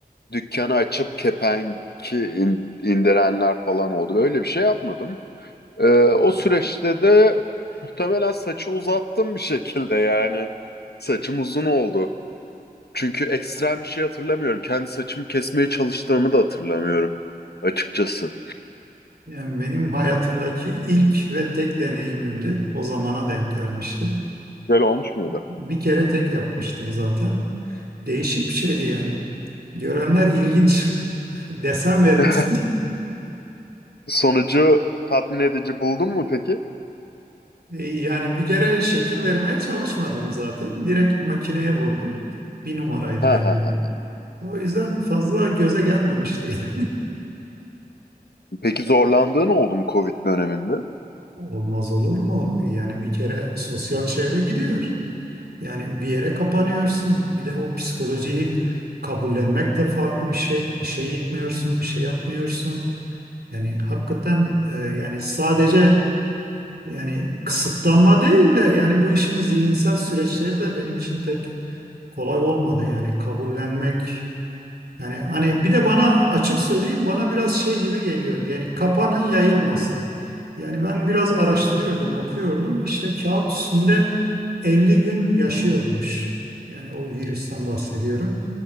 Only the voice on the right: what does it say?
Yani benim hayatımdaki ilk ve tek deneyimimdi. O zamana denk gelmişti.
Bir kere tek yapmıştım zaten. Değişik bir şeydi yani. Görenler ilginç <laughs> desen vermişti.
E, Yani bir kere şekil vermeye çalışmadım zaten. Direkt makineye vurdum. Bir numaraydı
galiba.
O yüzden fazla göze gelmemiş değil.
<laughs> Olmaz olur mu? Yani bir kere sosyal çevre gidiyor. Yani bir yere kapanıyorsun. Bir de o psikolojiyi kabullenmek de farklı bir şey. İşe gitmiyorsun, bir şey yapmıyorsun. Yani hakikaten e, yani sadece yani kısıtlanma değil de yani bu işin zihinsel süreçleri de benim için pek kolay olmadı. Yani kabullenmek Yani hani bir de bana açık söyleyeyim bana biraz şey gibi geliyordu. Yani kapanın yayılmasın. Yani ben biraz araştırıyordum, okuyordum. İşte kağıt üstünde 50 gün yaşıyormuş. Yani o virüsten bahsediyorum.